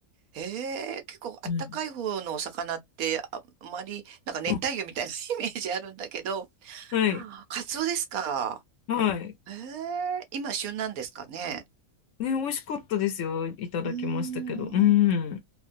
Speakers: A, on the right; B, on the left.
A: ええ結構あったかい方のお魚って、
B: うん。
A: あ、あまり、なんか熱帯魚みたいな
B: あ
A: <laughs> イメージあるんだけど、
B: はい、
A: カツオですか。
B: はい。
A: ええ今旬なんですかね。
B: ね、美味しかったですよ。いただきましたけど。
A: うーん観
B: うん。